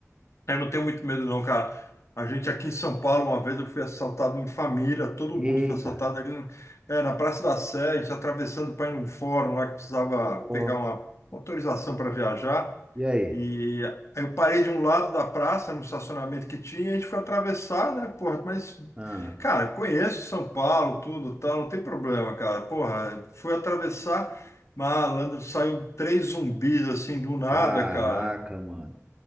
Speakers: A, on the left; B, on the right.
A: Eu não tenho muito medo, não, cara. A gente aqui em São Paulo, uma vez eu fui assaltado em família, todo mundo
B: Eita,
A: foi assaltado ali no- é, na Praça da Sé, a gente atravessando para ir num fórum lá que precisava
B: pô,
A: pegar uma autorização para viajar.
B: e aí?
A: E eu parei de um lado da praça, no estacionamento que tinha, e a gente foi atravessar, né, porra, mas,
B: Ah,
A: cara, conheço São Paulo, tudo, tal, não tem problema, cara, porra, fui atravessar, malandro, saiu três zumbis, assim, do nada,
B: caraca,
A: cara,
B: mano.